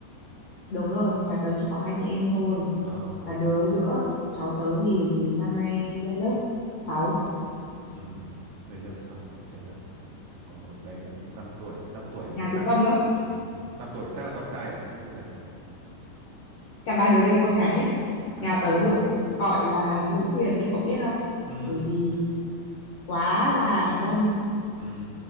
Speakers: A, on the left; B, on the right.
A: đúng rồi nhà tớ chỉ có hai chị em thôi
B: ờ
A: là đứa giữa cháu tớ thì năm nay lên lớp sáu
B: ừ. lên lớp 6. thế là còn một bé năm tuổi 5 tuổi thì
A: nhà
B: chắc
A: cũng đông lắm
B: ừ. 5 tuổi thì chắc là con trai à hay là như nào
A: cả ba đứa đều con gái hết
B: Bà
A: nhà
B: cả
A: tớ
B: ba
A: được
B: đứa con
A: gọi là nữ quyền đấy cậu biết không
B: ừ
A: bởi vì quá là đông
B: ừ